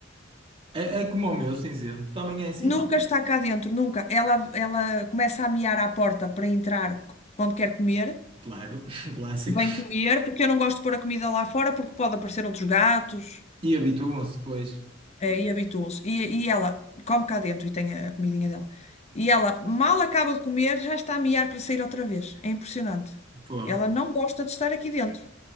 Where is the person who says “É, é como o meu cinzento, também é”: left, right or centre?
Right